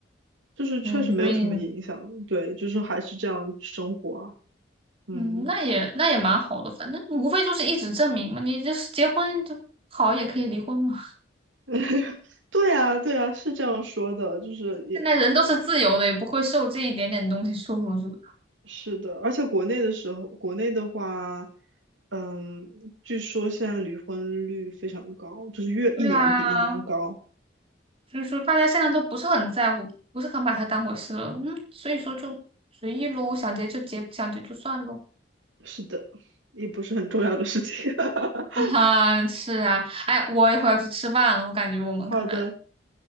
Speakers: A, on the right (about 80°); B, on the right (about 30°).
A: 就是确实没有什么影响，
B: 嗯，所以
A: 对，就是还是这样生活啊。嗯，
B: 嗯，那也那也蛮好的，反正无非就是一纸证明嘛，你就是结婚就好，也可以离婚嘛。
A: <laughs> 对呀，对呀，是这样说的，就是也
B: 现在人都是自由的，也不会受这一点点东西束缚住的。
A: 是的，而且国内的时候，国内的话，嗯，据说现在离婚率非常高，就是越一年比一年高。
B: 对啊，所以说大家现在都不是很在乎，不是很把它当回事了。嗯，所以说就随意喽，想结就结，不想结就算喽。<laughs>
A: 是的，也不是很重要的事情。<laughs>
B: 啊哈，是啊，哎，我一会儿要去吃饭了，我感觉我们可能，
A: 好的，